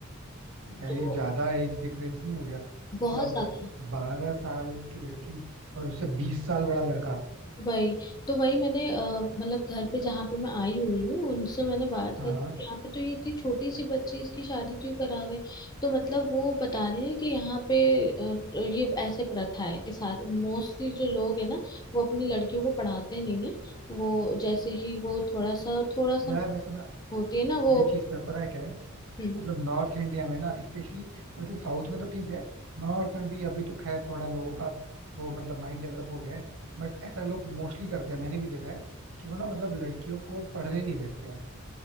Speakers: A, on the right; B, on the left.
A: यार
B: तो
A: ये ज्यादा एज डिफरेंस नहीं हो गया
B: बहुत
A: मतलब
B: ज्यादा है।
A: बारह साल की लड़की और उससे बीस साल बड़ा लड़का
B: वही तो वही मैंने अ, मतलब घर पे जहाँ पे मैं आई हुई हूँ उनसे मैंने बात करी
A: हाँ
B: कि यहाँ पे तो ये इतनी छोटी सी बच्ची इसकी शादी क्यों करा रहे हैं तो मतलब वो बता रहे हैं कि यहाँ पे अ, ये ऐसे प्रथा है कि साथ मोस्टली जो लोग है ना वो अपनी लड़कियों को पढ़ाते नहीं है वो जैसे ही वो थोड़ा सा थोड़ा सा
A: यार वैसे मैं
B: होती है ना वो
A: ये चीज तो पता है क्या है मतलब
B: हम्म
A: नॉर्थ इंडिया में ना स्पेशली मतलब साउथ में तो ठीक है नॉर्थ में भी अभी तो खैर थोड़ा लोगों का वो मतलब माइंड डेवलप हो गया है बट ऐसा लोग मोस्टली करते हैं मैंने भी देखा है कि वो ना मतलब लड़कियों को पढ़ने नहीं भेजते हैं